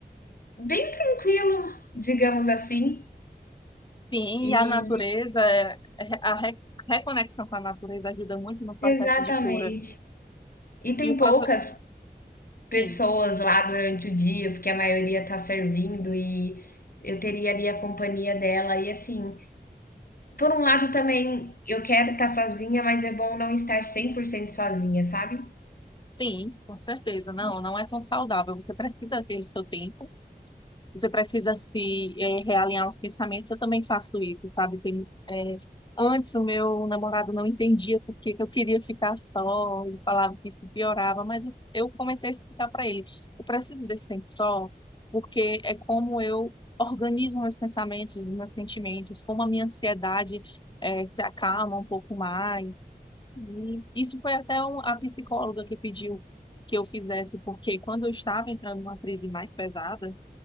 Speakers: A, on the left; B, on the left.
A: bem tranquilo, digamos assim.
B: sim,
A: E
B: e a natureza, é, é, a re- a reconexão com a natureza ajuda muito no processo
A: exatamente.
B: de cura.
A: E tem
B: E o
A: poucas
B: processo, sim,
A: pessoas lá durante o dia, porque a maioria tá servindo e eu teria ali a companhia dela. E assim, por um lado também eu quero estar sozinha, mas é bom não estar 100% sozinha, sabe?
B: sim, com certeza. Não, não é tão saudável. Você precisa ter o seu tempo. Você precisa se eh, realinhar os pensamentos. Eu também faço isso, sabe? Tem, eh, antes o meu namorado não entendia por que que eu queria ficar só. Ele falava que isso piorava, mas eu eu comecei a explicar para ele: eu preciso desse tempo só, porque é como eu organizo meus pensamentos, os meus sentimentos, como a minha ansiedade eh, se acalma um pouco mais. E isso foi até um- a psicóloga que pediu que eu fizesse, porque quando eu estava entrando numa crise mais pesada